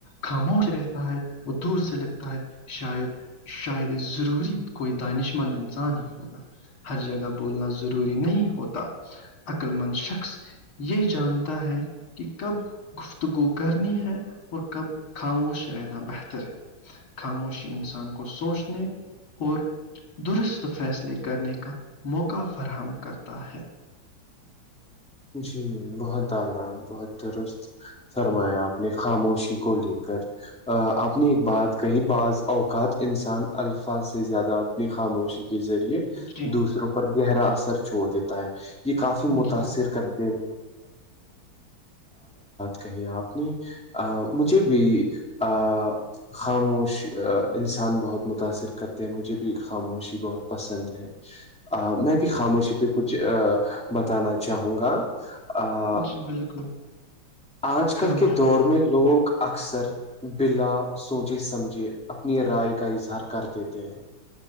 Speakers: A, on the left; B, in the centre.
A: خاموش رہتا ہے وہ دور سے لگ تا ہے شاید شاید یہ ضروری کوئی دانش مند انسان ہی ہوگا ہر جگہ بولنا ضروری نہیں ہوتا عقل مند شخص یہ جانتا ہے کہ کب گفتگو کرنی ہے اور کب خاموش رہنا بہتر ہے خاموشی انسان کو سوچنے اور درست فیصلے کرنے کا موقع فراہم کرتا ہے
B: جی ت درست فرمایا آپ نے خاموشی کو لے کر آپ اپنی بات کہیں بعض اوقات انسان الفاظ سے زیادہ اپنی خاموشی کے ذریعے
A: جی
B: دوسروں پر گہرا اثر چھوڑ دیتا ہے یہ کافی
A: جی
B: متاثر
A: جی
B: کرنے ات کہی آپ نے ا مجھے بھی ا خاموش انسان بہت متاثر کرتے ہیں مجھے بھی خاموشی بہت پسند ہے میں بھی خاموشی پہ کچھ بتانا چاہوں گا آ،
A: جی بالکل
B: آج کل
A: فرمائیں
B: کے دور میں لوگ اکثر بلا سوچے سمجھے اپنی رائے کا اظہار کر دیتے ہیں